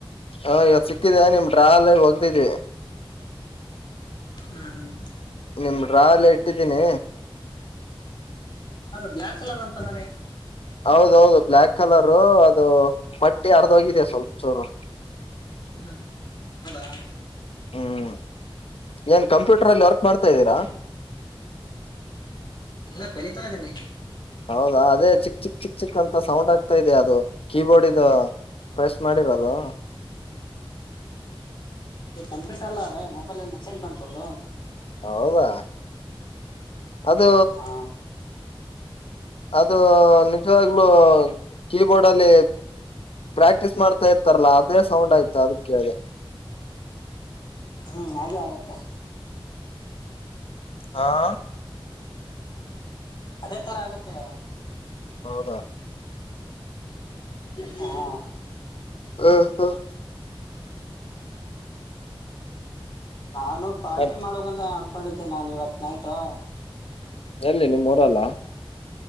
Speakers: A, on the left; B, on the left.
A: ಹಾ ಹತಿದೆ ನಿಮ್ ಟ್ರಾವೆಲ್ ಹೋಗ್ತಿದವಿ
B: ಹ್ಮ್ ಹ್ಮ್
A: ನಿಮ್ರಾ ಎಲ್ಲಾ ಇಟ್ಟಿದ್ದೀನಿ
B: ಬ್ಲ್ಯಾಕ್ ಕಲರ್ ಅಂತ್ ನೋಡಿ.
A: ಹೌದೌದು ಬ್ಲ್ಯಾಕ್ ಕಲರು ಅದು ಬಟ್ಟಿ ಅರ್ದೋಗಿದೆ ಸ್ವಲ್ಪ ಚೋರು
B: ಹ್ಮ್ ಹೌದಾ
A: ಹ್ಮ್ ಏನ್ ಕಂಪ್ಯೂಟರ್ಲ್ಲಿ ವರ್ಕ್ ಮಾಡ್ತಾ್ದೀರಾ.
B: ಓಕೆ ಎಲ್ಲ ಕಲೀತಾ ಇದ್ದೀನಿ.
A: ಹೌದಾ ಅದೇ ಚಿಕ್ ಚಿಕ್ ಚಿಕ್ ಚಿಕ್ಕ ಅಂತ ಸೌಂಡ್ ಆಗ್ತಾ ಇದೆ ಅದು ಕೀಬೋರ್ಡ್ದು ಪ್ರೆಸ್ ಮಾಡಿರೋದು.
B: ಅ ಕಂಪ್ಯೂಟರ್ ಅಲ್ಲ ಅದೇ ಮೊಬೈಲ್ಲ್ಲಿ ಮೆಸೇಜ್ ಬಂತು ಒಂದು
A: ಹೌದಾ ಅದು
B: ಹಾ
A: ಅದು ನಿಜವಾಗ್ಲುೂ ಕೀಬೋರ್ಡ್ ಅಲ್ಲಿ ಪ್ರಾಕ್ಟೀಸ್ ಮಾಡ್ತಾ ಇರ್ತಾರಲ್ಲ ಅದೇ ಸೌಂಡ್ ಆಯ್ತು ಅದಕ್ಕೆ
B: ಹ್ಮ್ ಅದೇ ಆಗತ್ತೆ.
A: ಹಾ
B: ಅದೇ ತರ ಆಗುತ್ತೆ.
A: ಹೌದಾ
B: ಹಾ
A: ಹಾ ಹಾ
B: ನಾನು ಪಾರ್ಟಿ
A: ಮತ್
B: ಮಾಡಕ್ಂತ್ ಅನ್ಕೊಂಡಿದ್ದೆನೆ ನಾನನ್ ಇವತ್ ನ ಹಾ
A: ಎಲ್ಲಿ ನಿಮೂರಲ್ಲ